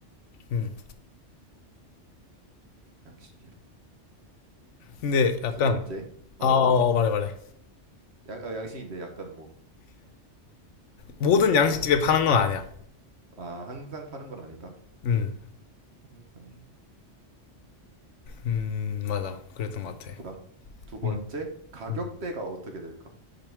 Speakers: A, on the left; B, on the right.
A: 음.
B: 양식이로.
A: 근데 약간,
B: 두 번째 어
A: 아, 어, 어, 말해, 말해.
B: 양, 아, 양식인데 약간 뭐
A: 모든 양식집에 파는 건 아니야.
B: 아 항상 파는 건 아니다.
A: 음,
B: 항상
A: 음, 맞아. 그랬던 것 같아.
B: 자두 번째
A: 음.
B: 가격대가
A: 음.
B: 어떻게 될까?